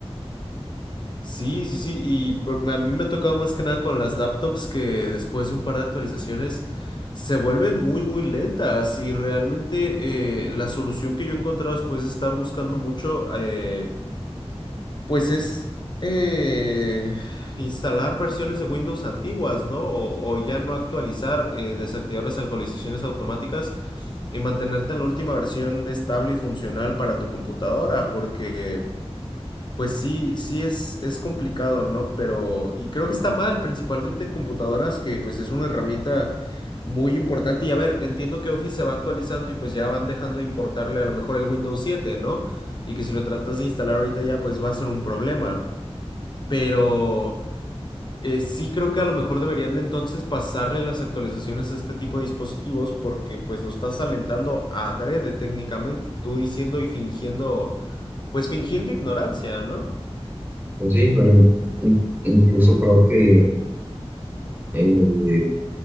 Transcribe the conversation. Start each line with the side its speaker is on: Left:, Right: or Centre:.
Left: Sí, sí, sí, y por- a mí me ha tocado más que nada con las laptops que después de un par de actualizaciones se vuelven muy, muy lentas y realmente eh, la solución que yo he encontrado después de estar buscando mucho, eh, pues es eh, instalar versiones de Windows antiguas, ¿no? O, o ya no actualizar, eh, desactivar las actualizaciones automáticas y mantenerte en la última versión estable y funcional para tu computadora, porque... Pues sí, sí es, es complicado, ¿no? Pero, y creo que está mal, principalmente computadoras, que pues es una herramienta muy importante. Y a ver, entiendo que Office se va actualizando y pues ya van dejando de importarle a lo mejor el Windows siete ¿no? Y que si lo tratas de instalar ahorita ya pues va a ser un problema. Pero eh, sí creo que a lo mejor deberían de entonces pasarle las actualizaciones a este tipo de dispositivos porque pues lo estás alentando adrede técnicamente, tú diciendo y fingiendo, pues fingiendo ignorancia, ¿no?
Right: Pues sí, pero in- in- incluso creo que eh,